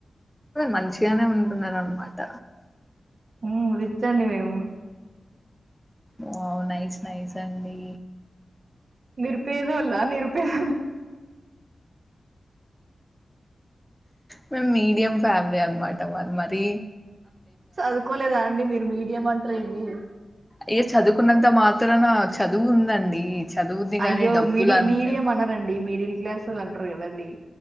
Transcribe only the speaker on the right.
ఉ రిచ్ అండి మేము
నిరుపేదోళ్ళ నిరుపేద
చదువుకోలేదా అండి. మీరు మీడియం అంటరు ఏంది
అయ్యో
మీడి
మీడియం అనరండి. మిడిల్ క్లాస్ వాళ్ళు అంటరు కదండీ.